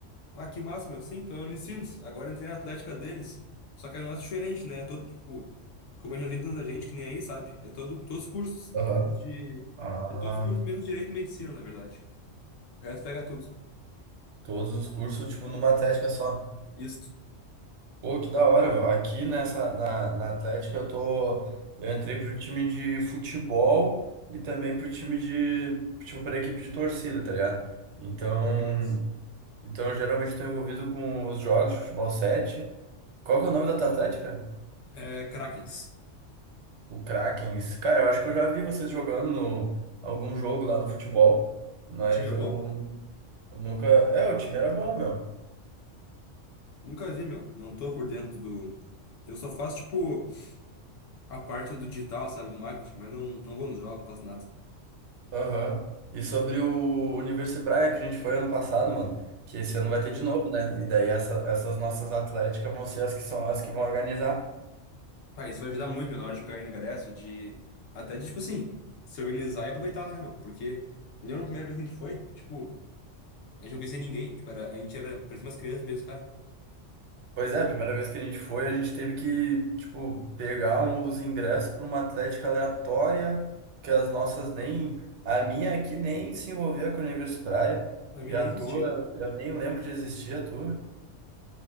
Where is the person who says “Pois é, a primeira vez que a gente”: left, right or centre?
Right